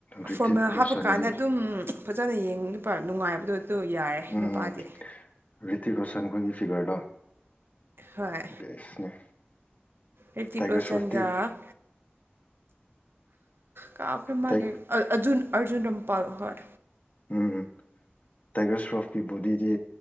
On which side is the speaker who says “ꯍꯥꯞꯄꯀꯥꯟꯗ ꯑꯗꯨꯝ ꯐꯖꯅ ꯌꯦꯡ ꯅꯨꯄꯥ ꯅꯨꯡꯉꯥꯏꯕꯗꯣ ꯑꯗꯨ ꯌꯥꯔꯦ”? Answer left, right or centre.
Right